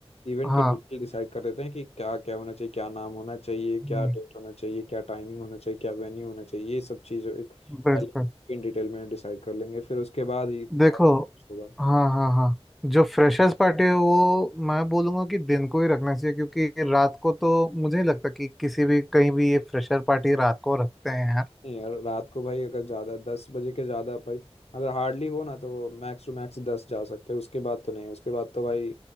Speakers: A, on the left (about 75°); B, in the centre.
A: इवेंट
B: हाँ
A: के डिटेल डिसाइड कर देते हैं कि क्या क्या होना चाहिए क्या नाम होना चाहिए क्या
B: हम्म,
A: डेट होना चाहिए क्या टाइमिंग होना चाहिए क्या वेन्यू होना चाहिए ये सब चीज़ एक
B: बिल्कुल
A: पहले इन डिटेल में डिसाइड कर लेंगे फिर उसके बाद ही और
B: देखो
A: कुछ होगा
B: हाँ हाँ हाँ जो फ्रेशर्स पार्टी है वो मैं बोलूँगा कि दिन को ही रखना चाहिए क्योंकि रात को तो मुझे नहीं लगता कि किसी भी कहीं भी ये फ्रेशर पार्टी रात को रखते हैं है
A: नहीं यार रात को भाई अगर ज्यादा दस बजे के ज्यादा भाई अगर हार्डली हो ना तो मैक्स टू मैक्स दस जा सकते हैं उसके बाद तो नहीं उसके बाद तो भाई